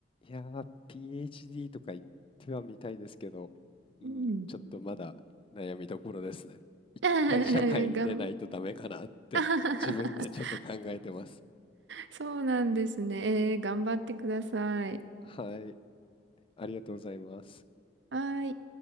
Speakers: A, on the left (about 30°); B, on the right (about 70°).
A: いやー、PhD とか言ってはみたいですけど、うん、
B: うん。
A: ちょっとまだ悩みどころですね。
B: <laughs>
A: 会社会に出ないとダメかなって自分でちょっと考えてます。
B: がん <laughs> そうなんですね。えー、頑張ってください。
A: はい、ありがとうございます。
B: はーい。